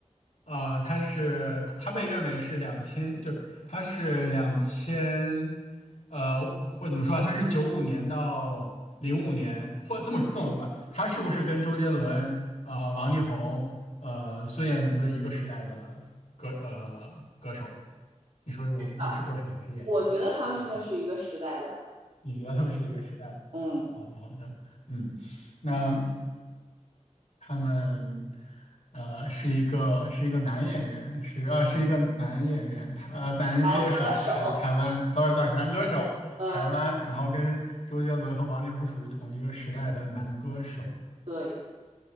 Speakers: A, on the left; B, on the right.
A: 呃，它是它被认为是两千，就是它是两千，呃，或者怎么说啊？它是九五年到零五年，或这么这么吧，它是不是跟周杰伦？呃，王力宏，呃，孙燕姿一个时代的歌呃歌手。你说我们我们是歌手还是演员？
B: 啊，我觉得他们是不是一个时代的，
A: 歌手是吧？你觉得他们是一个时代的？
B: 嗯，
A: 好的，好的，嗯，那 <clears throat> 他们呃是一个是一个男演员，是呃是一个男演员，他呃男歌手，
B: 歌手，
A: 台台湾，sorry sorry，男歌手，
B: 呃，
A: 台湾，然后跟周杰伦和王力宏属于同一个时代的男歌手。
B: 对，